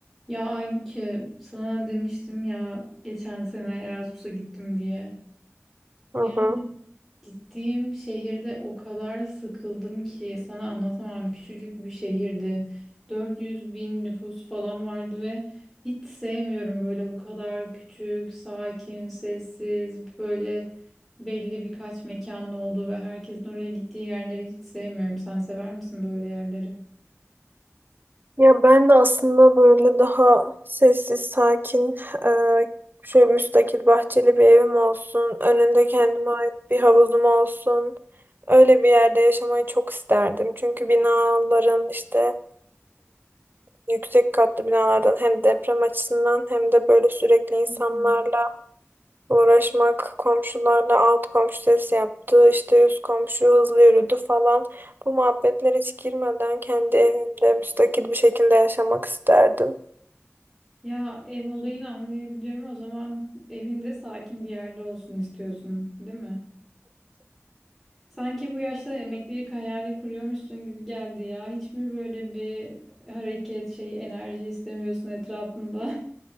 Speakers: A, in the centre; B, on the right (about 40°).
A: Ya Aybüke sana demiştim ya geçen sene Erasmus'a gittim diye.
B: Hı
A: Yani
B: hı.
A: gittiğim şehirde o kadar sıkıldım ki sana anlatamam. Küçücük bir şehirdi. 400 bin nüfus falan vardı ve hiç sevmiyorum böyle bu kadar küçük, sakin, sessiz, böyle belli birkaç mekanın olduğu ve herkesin oraya gittiği yerleri hiç sevmiyorum. Sen sever misin böyle yerleri?
B: Ya ben de aslında böyle daha sessiz, sakin, eee şöyle müstakil bahçeli bir evim olsun, önünde kendime ait bir havuzum olsun. Öyle bir yerde yaşamayı çok isterdim. Çünkü binaların işte yüksek katlı binalardan hem deprem açısından hem de böyle sürekli insanlarla
A: <laughs>
B: uğraşmak, komşularla alt komşu ses yaptı, işte üst komşu hızlı yürüdü falan. Bu muhabbetlere hiç girmeden kendi evimde müstakil bir şekilde yaşamak isterdim.
A: Ya ev olayını anlayabiliyorum. O zaman evinde sakin bir yerde olsun istiyorsun, değil mi? Sanki bu yaşta emeklilik hayali kuruyormuşsun gibi geldi ya. Hiç mi böyle bir hareket, şey, enerji istemiyorsun etrafında?